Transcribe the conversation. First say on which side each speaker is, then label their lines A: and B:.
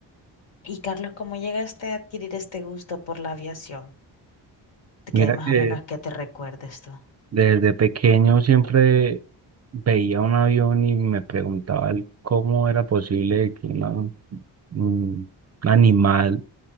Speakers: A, on the left (about 70°); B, on the right (about 35°).
A: Y Carlos, ¿cómo llegaste a adquirir este gusto por la aviación?
B: Mira
A: Que más
B: que
A: o menos que te recuerdes tú.
B: desde pequeño siempre veía un avión y me preguntaba el cómo era posible que una- un animal,